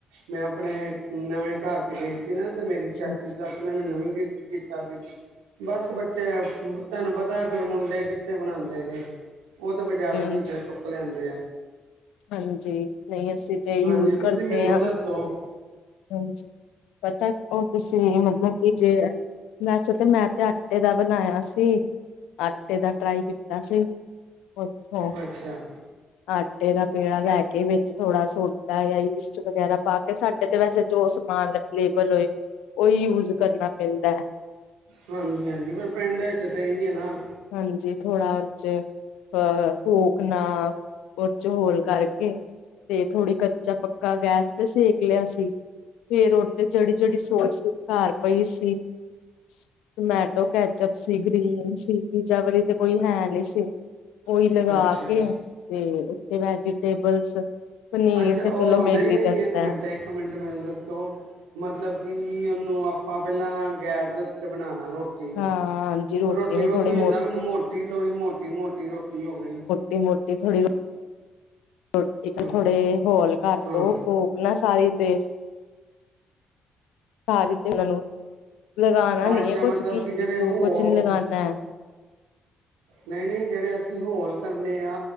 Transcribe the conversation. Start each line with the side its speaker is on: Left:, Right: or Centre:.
Right: ਮੈਂ ਆਪਣੇ ਨਵੇਂ ਘਰ 'ਚ ਗਈ ਸੀ ਨਾ ਤੇ ਮੇਰੀ ਚਾਚੀ
Left: ਹਾਂਜੀ-ਹਾਂਜੀ।
Right: ਸੱਸ ਨਾ ਮੈਨੂੰ ਗਿਫਟ ਕੀਤਾ ਕੀਤਾ ਸੀ ਬਸ ਬੱਚੇ ਅਮ ਤਾਨੂੰ ਪਤਾ ਫਿਰ ਮੁੰਡੇ ਕਿੱਥੇ ਬਣਾਦੇ ਗ ਉਹ ਤਾਂ ਬਾਜ਼ਾਰੋਂ ਈ ਚੀਜ਼ਾਂ
Left: ਹਾਂਜੀ
Right: ਚੁੱਕ ਲਿਆਦੇ ਆ।
Left: ਹਾਂਜੀ ਨਹੀਂ ਅਸੀਂ ਤੇ ਇਹੀ
Right: ਹਾਂਜੀ
Left: ਯੂਜ ਕਰਦੇ
Right: ਤੁਸੀਂ ਮੈਨੂੰ
Left: ਆ।
Right: ਦੱਸੋ
Left: ਹਾਂਜੀ ਪਤਾ ਉਹ ਤੁਸੀਂ ਮਤਲਬ ਕਿ ਜੇ ਵੈਸੇ ਤਾਂ ਮੈਂ ਤੇ ਆਟੇ ਦਾ ਬਣਾਇਆ ਸੀ ਆਟੇ ਦਾ ਟਰਾਈ ਕੀਤਾ ਸੀ ਅੱਛਾ
Right: ਅੱਛਾ।
Left: ਆਟੇ ਦਾ ਪੇੜਾ ਲੈ ਕੇ ਵਿੱਚ ਥੋੜਾ ਸੋਡਾ ਜਾਂ ਈਸਟ ਵਗੈਰਾ ਪਾ ਕੇ ਸਾਡੇ ਤੇ ਵੈਸੇ ਜੋ ਸਮਾਨ ਲੇਬਲ ਹੋਏ ਉਈ ਯੂਜ ਕਰਨਾ ਪੈਂਦਾ ਏ।
Right: ਹਾਂਜੀ-ਹਾਂਜੀ ਪਰ ਪਿੰਡ ਚ ਤਾਂ ਏ ਈ ਏਨਾ
Left: ਹਾਂਜੀ ਥੋੜਾ ਉਹਚ ਅ ਫੂਕ ਨਾ ਉਹਚ ਹੋਲ ਕਰਕੇ ਤੇ ਥੋੜ੍ਹੀ ਕੱਚਾ ਪੱਕਾ ਗੈਸ ਤੇ ਸੇਕ ਲਿਆ ਸੀ। ਫੇਰ ਉਹ ਤੇ ਜਿਹੜੀ ਜਿਹੜੀ ਸੋਸ ਘਰ ਪਈ ਸੀ। ਟਮੈਟੋ ਕੈਚਪ ਸੀ ਗ੍ਰੀਨ ਸੀ ਪੀਜ਼ਾ ਵਾਰੀ ਤੇ ਕੋਈ ਹੈ ਨੀ ਸੀ। ਓਈ
Right: ਅੱਛਾ
Left: ਲਗਾ
Right: ਅੱਛਾ।
Left: ਕੇ ਤੇ ਉੱਤੇ ਵੈਜੀਟੇਬਲਸ ਪਨੀਰ
Right: ਅੱਛਾ
Left: ਤੇ ਚਲੋ
Right: ਉਹ
Left: ਮਿਲ
Right: ਨਹੀਂ-ਨਹੀਂ
Left: ਹੀ ਜਾਂਦਾ
Right: ਇੱਕ ਮਿੰਟ
Left: ਹੈ।
Right: ਇੱਕ ਮਿੰਟ ਮੈਂ ਦੱਸੋ ਮਤਲਬ ਕਿ ਉਹਨੂੰ ਆਪਾਂ ਪਹਿਲਾਂ ਗੈਸ ਦੇ ਉੱਤੇ ਬਣਾ ਰੋਟੀ ਨੂੰ
Left: ਹਾਂ ਹਾਂਜੀ
Right: ਰੋਟੀ
Left: ਨੂੰ
Right: ਵਾਂਗੂਈ
Left: ਥੋੜੀ ਮੋ
Right: ਹੁੰਦਾ ਮੈਨੂੰ ਮੋਟੀ ਥੋੜੀ ਮੋਟੀ-ਮੋਟੀ ਰੋਟੀ ਹੋ ਗਈ।
Left: ਤੇ ਮੋਟੀ ਥੋੜੀ ਰੋਟੀ
Right: ਹਾਂ
Left: ਥੋੜੇ ਹੋਲ ਘਰ
Right: ਹਾਂ,
Left: ਦੋ ਫੂਕ ਨਾ ਸਾਰੀ ਤੇ ਸ ਦਿੱ ਤੇ ਉਹਨਾਂ ਨੂੰ ਡਰਾਣਾ ਨਹੀਂ
Right: ਅੱਛਾ
Left: ਇਹ ਕੁਛ
Right: ਮਤਲਬ
Left: ਕੀ
Right: ਕਿ ਜਿਹੜੇ
Left: ਕੁਛ
Right: ਹੋ
Left: ਨੀ ਲਗਾਣਾ
Right: ਨਹੀਂ ਨਹੀਂ ਜਿਹੜੇ ਅਸੀਂ ਹੋਲ ਕਰਨੇ ਆ